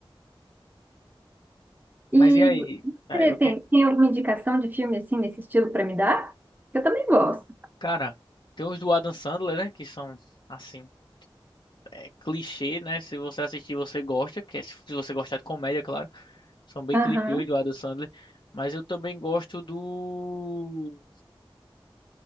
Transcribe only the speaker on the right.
E
você
tem,
tem alguma indicação de filme assim nesse estilo para me dar? Eu também gosto.
Aham.